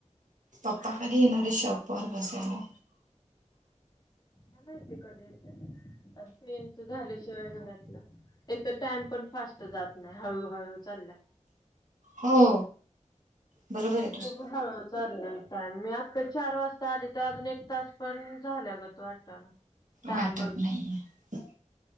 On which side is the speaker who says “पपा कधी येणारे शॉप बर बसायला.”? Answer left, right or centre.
Right